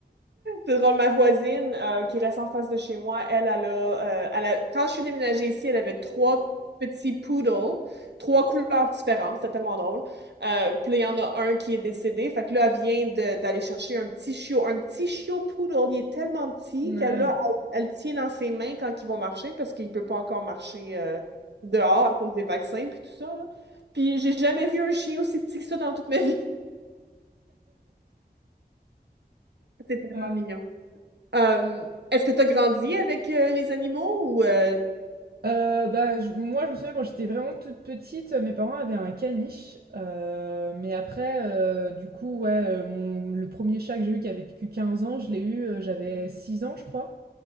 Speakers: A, on the right; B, on the right.
A: C'est drôle, ma voisine euh, qui reste en face de chez moi, elle, elle a, euh, elle a- quand je suis déménagée ici, elle avait trois petits poodles, trois couleurs différentes, c'était tellement drôle. Euh, puis là, il y en a un qui est décédé, fait que là, elle vient de- d'aller chercher un petit chiot, un petit chiot poodle, il est tellement petit
B: Ouais.
A: qu'elle là, elle, elle le tient dans ses mains quand ils vont marcher parce qu'il peut pas encore marcher euh, dehors à cause des vaccins puis tout ça, là. Puis j'ai jamais vu un chien aussi petit que ça dans toute ma vie. <laughs> C'est tellement
B: Ouais.
A: mignon. Euh, est-ce que tu as grandi avec euh, les animaux ou... euh,
B: Euh, bah, je- moi, je me souviens quand j'étais vraiment toute petite, mes parents avaient un caniche. euh, mais après, euh, du coup, ouais, euh, mon- le premier chat que j'ai eu qui avait vécu 15 ans, je l'ai eu, euh, j'avais 6 ans, je crois.